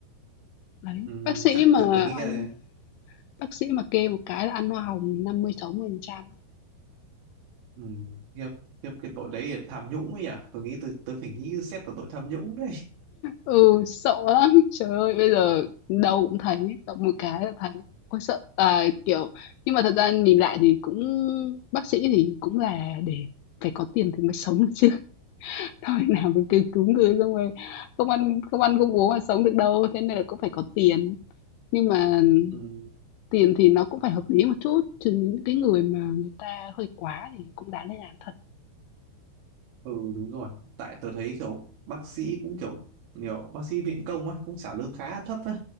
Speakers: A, on the left; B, on the right.
A: Đấy,
B: ừ,
A: bác sĩ
B: chắc
A: mà
B: tôi tôi nghĩ là
A: ăn bác sĩ mà kê một cái là ăn hoa hồng năm mươi mươi sáu phần trăm
B: ừ, khiếp khiếp cái tội đấy là tham nhũng ấy nhỉ tôi nghĩ tôi tôi phải nghĩ xét vào tội tham nhũng đấy
A: Ừ, sợ lắm. <laughs> Trời ơi, bây giờ đâu cũng thấy, động một cái là thấy. Ôi sợ, à, kiểu nhưng mà thật ra nhìn lại thì cũng bác sĩ thì cũng là để phải có tiền thì mới sống được chứ. thôi <laughs> nào mà cứ cứu người xong rồi không ăn không ăn không uống mà sống được đâu, thế nên là cũng phải có tiền. Nhưng mà
B: <laughs> ừ.
A: tiền thì nó cũng phải hợp lý một chút, chứ những cái người mà người ta hơi quá thì cũng đáng lên án thật.
B: Ừ đúng rồi Tại tớ thấy kiểu bác sĩ cũng kiểu nhiều bác sĩ viện công á cũng trả lương khá là thấp á